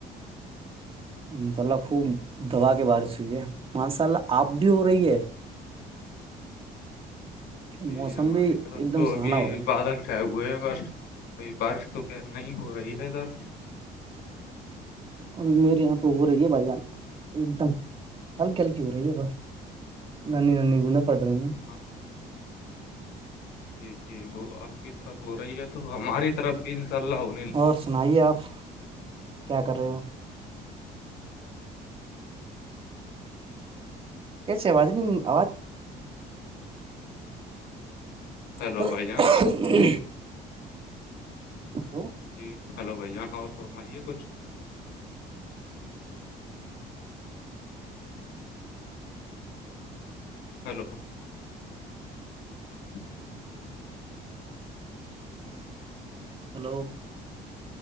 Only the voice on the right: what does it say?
انشاء اللہ خوب دوبا کے بارش ہوئی ہے ماشاء اللہ آپ بھی ہو رہی ہے
موسم
بھی
ایک دم
سہانا ہو رہا ہے
ابھی میرے یہاں تو ہو رہی ہے بھائی جان ایک دم ہلکی ہلکی ہو رہی ہے بس ن نانی گناہ پڑ رہی ہیں
اور سنائیے آپ کیا کر رہے ہو کیاسے آجاز نہیں آواز ہ
ہیلو
ہلو